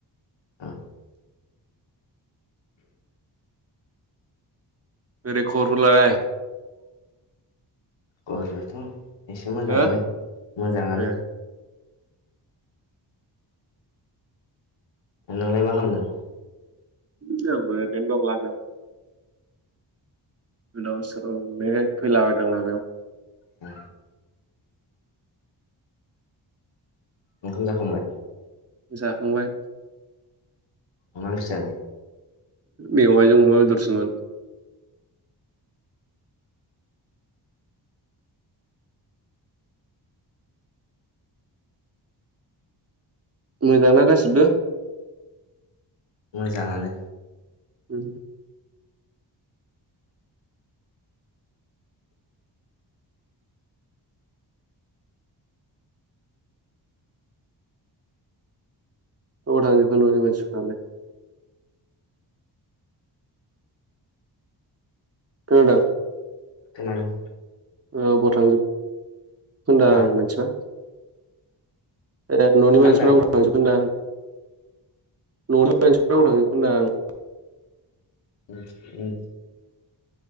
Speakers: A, on the left (about 75°); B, on the right (about 35°).
A: <unintelligible>
B: बोरै खबरफोरालाय?
A: गरआथ' एसे मोजाङानो
B: हो
A: मोजाङानो।
B: ए
A: नोंलाय मा खालामामदों?
B: जोंबो ओरैनो दं लामायाव। गोदाव सोराव मोननायखाय फैलाबायदां लामायाव।
A: औ ओंखाम जाखांबाय?
B: जाखांबाय।
A: अ मा ओंख्रि जानाय?
B: मेवाइजों अमा बेदरसोमोन। मोजांना गासिबो?
A: मोजाङानो।
B: उम अबाव थांजोबखो न'नि मानसिफोरालाय। खोनादों।
A: खोनादों।
B: ओ अबाव थांजोब खो होनदां
A: हा
B: आं मानसिफोरा। ए न'नि
A: मा
B: मानसिफोरा
A: होनदों
B: अबाव थांजोबख होनदां। न'नि मानसिफ्रा अबाव थांजोबखो होनदो आं।
A: उम उन